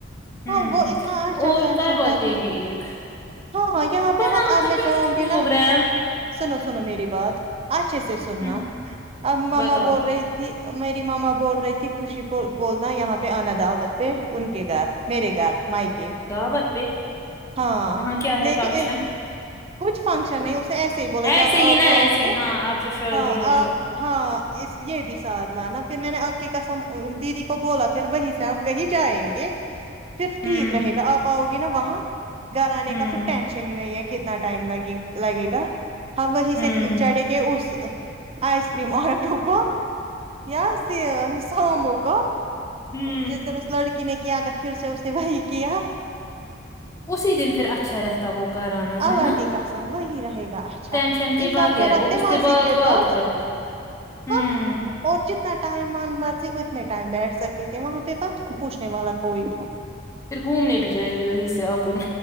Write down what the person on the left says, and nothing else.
ہوں
اور
کرواتے
بھی ایک
بناؤ
نا
پھر
کچھ پروگرام
ہوں
بتاؤ
دعوت پہ
وہاں کیا ہے
فنکشن
ایسے
ہی نا
ایسے
ہی، ہاں آپ پھر شادی
ہے
تو
<inaudible>
ہوں
ہوں
ہوں
ہوں
اسی دن پھر اچھا رہتا وہ کرانا ہے
نا
ٹینشن کے
بغیر
اور اس
سے بات
وات
کرتے ہوں
پھر گھومنے بھی جائیں گے وہیں سے آپ